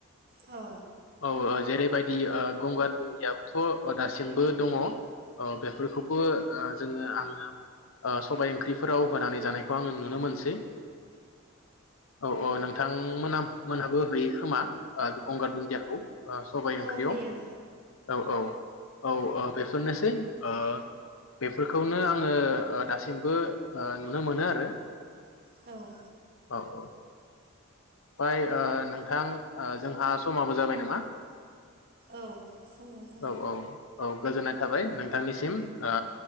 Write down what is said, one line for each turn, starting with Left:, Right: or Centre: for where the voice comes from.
Right: औ
Left: अ ओ जेरैबायदि ओ गंगार धुनदियाबोथ' दासिमबो दङ ओ बेफोरखौबो ओ जोंङो आंङो ओ सबाय ओंख्रिफोराव होनानै जानायखौ आंङो नुनो मोनसै। औ -औ नोंथांमोन मोनहाबो हैयो खोमा गंगार दुन्दियाखौ। सबाय
Right: औ
Left: ओंख्रियाव
Right: होयो
Left: औ- औ -औ ओ बे <unintelligible> नोसै ओ बेफोरखौनो आङो ओ दासिमबो ओ नुनो मोनो आरो।
Right: औ
Left: औ- औ फाय ओ नोंथां ओ जोंहा समाबो जाबाय नामा।
Right: औ समाव जाबाय
Left: औ- औ औ गोजोननाय थाबाय नोंथांनिसिम ओ